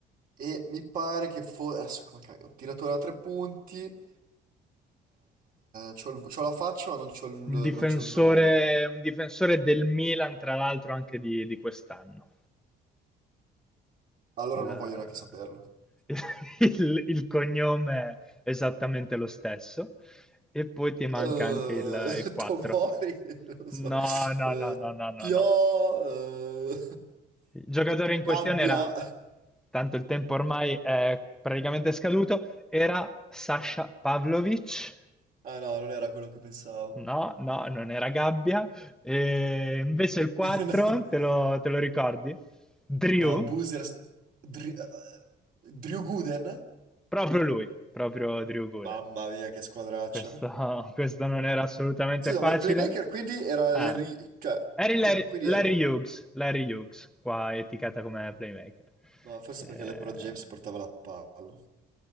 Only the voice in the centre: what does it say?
Un difensore,
un difensore del Milan, tra l'altro, anche di, di quest'anno.
il,
<laughs> il- il cognome è esattamente lo stesso e poi
ti manca anche il, il 4.
No,
no,
no, no, no, no,
no.
Il giocatore
in questione
era, tanto il tempo ormai è praticamente scaduto, era Sasha Pavlovic.
No, no, non era Gabbia. E invece il 4,
te lo, te lo ricordi? Drew,
proprio lui, proprio Drew Gooden.
Questo, questo non era assolutamente
facile.
Ah,
Eri Larry,
Larry
Hughes, Larry Hughes, qua etichetta come playmaker.
Eh,